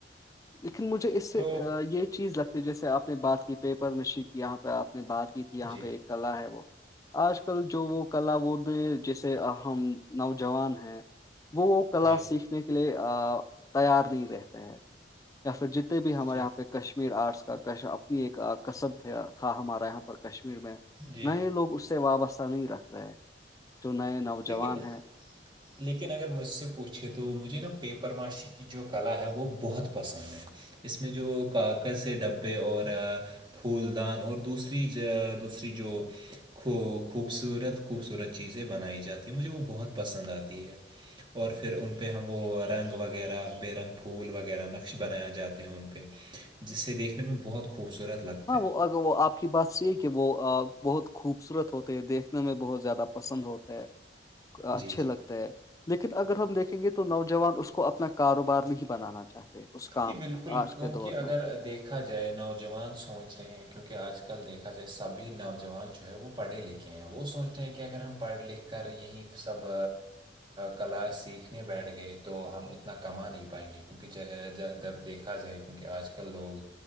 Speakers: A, on the left; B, on the right.
A: لیکن مجھے اس سے
B: تو
A: یہ چیز لگتا جیسے آپ نے بات کی پیپر میں شیک یہاں پہ آپ نے بات کی تھی یہاں
B: جی
A: پہ ایک کلا ہے وہ آج کل جو وہ کلا بود جیسے ہم نوجوان ہیں وہ کلا
B: جی
A: سیکھنے کے لیے تیار نہیں رہتے ہیں یا پھر جتنے بھی
B: ٹھیک
A: ہمارے
B: ہے
A: یہاں پہ کشمیر آرٹس کا اپنی ایک کصب تھا ہمارا یہاں پر کشمیر میں
B: جی
A: نئے لوگ اس سے وابستہ نہیں رکھ رہے جو نئے نوج
B: لیکن
A: <inaudible>
B: لیکن اگر مجھ سے پوچھے تو مجھے نا پیپر معاشی کی جو کلا ہے وہ بہت پسند ہے اس میں جو کاکز سے ڈبے اور پھول دان اور دوسری جو دوسری جو کو خوبصورت خوبصورت چیزیں بنائی جاتی ہیں مجھے وہ بہت پسند آتی ہے اور پھر ان پہ ہم وہ رنگ وغیرہ بے رنگ پھول وغیرہ نقش بنائے جاتے ہیں ان پہ جسے دیکھنے میں بہت خوبصورت لگتا
A: ہاں وہ اگر آپ کے کی بات سی یہ کہ وہ بہت خوبصورت ہوتے ہے دیکھنے میں بہت زیادہ پسند ہوتا ہے <inaudible> اچھے
B: جی جی
A: لگتے ہے لیکن اگر ہم دیکھیں گے تو نوجوان اس کو اپنا کاروبار نہیں بنانا چاہتے اس کام
B: جی بالکل
A: کو آج
B: کیونکہ
A: کے دور
B: اگر
A: میں
B: دیکھا جائے نوجوان سوچ رہے ہیں کیونکہ آج کل دیکھ جائے سھی نوجوان جو ہے وہ پڑھے لکھے ہیں وہ سوچتے ہیں کہ اگر ہم پڑھ لکھ کے کر یہی سب کلا سیکھنے بیٹھ گئے تو ہم اتنا کما نہیں پائیں گے کیونکہ دب دیکھا جائے کیونکہ آج کل لوگ